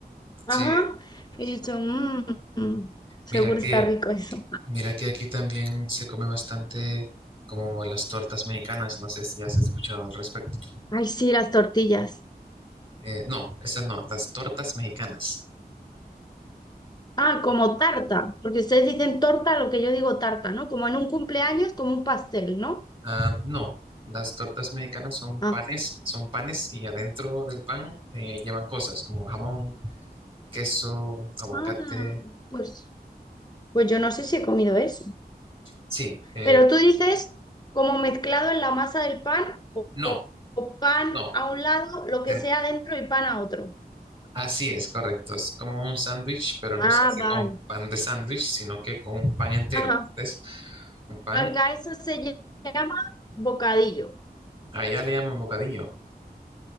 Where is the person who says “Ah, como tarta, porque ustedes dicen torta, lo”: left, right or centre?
Left